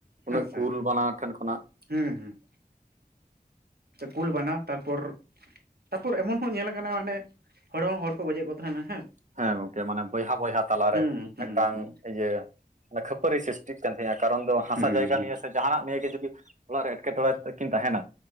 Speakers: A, on the right (about 50°); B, on the right (about 85°).
A: ᱩᱱᱟᱹᱜ
B: ᱦᱮᱸ ᱥᱮ
A: ᱠᱩᱞ ᱵᱟᱱᱟ ᱴᱷᱮᱱ ᱠᱷᱚᱱᱟᱜ
B: ᱦᱩᱸ ᱦᱩᱸ ᱠᱩᱞ ᱵᱟᱱᱟ ᱛᱟᱨᱯᱚᱨ ᱛᱟᱯᱚᱨ ᱮᱢᱚᱱ ᱦᱚᱸ ᱧᱮᱞ ᱟᱠᱟᱱᱟ ᱢᱟᱱᱮ ᱦᱚᱲ ᱦᱚᱸ ᱦᱚᱲ ᱠᱚ ᱜᱚᱡᱮᱜ ᱠᱚ ᱛᱟᱦᱮᱱᱟ᱾
A: ᱦᱮᱸ ᱜᱚᱝᱠᱮ ᱢᱟᱱᱮ ᱵᱚᱭᱦᱟ ᱵᱚᱭᱦᱟ ᱛᱟᱞᱟᱨᱮ
B: ᱦᱩᱸ ᱦᱩᱸ
A: ᱢᱤᱫᱴᱟᱝ
B: ᱦᱩᱸ ᱦᱩᱸ
A: ᱤᱭᱟᱹ ᱠᱷᱟᱹᱯᱟᱹᱨᱤ ᱥᱨᱤᱥᱴᱤᱜ ᱠᱟᱱ ᱛᱟᱦᱮᱡᱼᱟ ᱠᱟᱨᱚᱱ ᱫᱚ ᱦᱟᱥᱟ
B: ᱦᱮᱸ
A: ᱡᱟᱭᱜᱟ ᱱᱤᱭᱮ ᱥᱮ ᱡᱟᱦᱟᱱᱟᱜ ᱱᱤᱭᱮ ᱡᱩᱫᱤ ᱚᱲᱟᱜ ᱨᱮ ᱮᱴᱠᱮᱴᱚᱬᱮ ᱛᱮ ᱠᱤᱱ ᱛᱟᱦᱮᱱᱟ